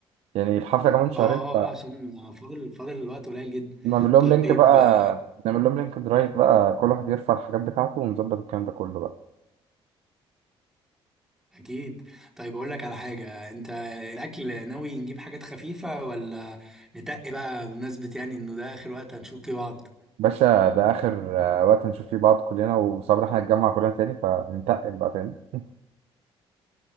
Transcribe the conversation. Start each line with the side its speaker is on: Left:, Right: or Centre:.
Right: يعني الحفلة كمان
Centre: اه
Right: شهرين
Centre: اه آه، عشان فاضل فاضل الوقت قليل جدا
Right: فنعمل لهم
Centre: طيب
Right: لينك بقى
Centre: آه،
Right: نعمل لهم لينك درايف بقى كل واحد يرفع الحاجات بتاعته ونظبط الكلام ده كله بقى
Centre: اكيد طيب اقول لك على حاجه انت الاكل ناوي نجيب حاجات خفيفه ولا ندق بقى بمناسبه يعني انه ده اخر وقت هنشوف فيه بعض
Right: باشا ده آخر آه، وقت هنشوف فيه بعض كلنا وصبر احنا نتجمع كلنا تاني فننتقل بقى تاني <laughs>